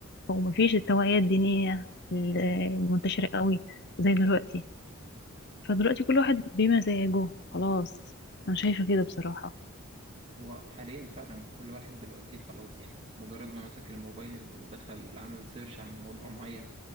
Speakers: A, on the left; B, on the right.
A: أو مفيش التوعية الدينية ال- المنتشرة قوي زي دلوقتي فدلوقتي كل واحد بمزاجه خلاص أنا شايفة كده بصراحة
B: هو حاليا فعلا كل واحد دلوقتي خلاص يعني مجرد ما مسك الموبايل ودخل عمل سيرش عن موضوع معين